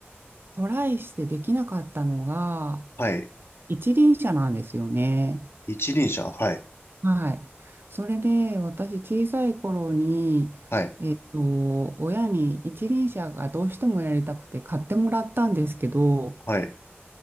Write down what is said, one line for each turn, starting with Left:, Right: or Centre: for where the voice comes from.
Right: トライしてできなかったのが
Left: はい。
Right: 一輪車なんですよね。
Left: 一輪車、はい、
Right: はい。それで私小さい頃に
Left: はい、
Right: と親に一輪車がどうしてもやりたくて買ってもらったんですけど、
Left: はい、